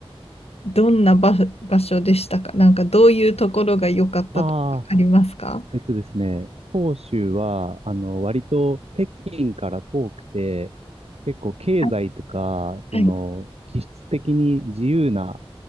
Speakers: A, on the left (about 80°); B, on the right (about 85°).
A: どんな場、場所でしたかなんかどういうところが良かったとかありますか
B: ああ、えっとですね、広州は、あの、割と北京から遠くて、結構経済とか、
A: はい、
B: その、
A: はい、
B: 気質的に自由な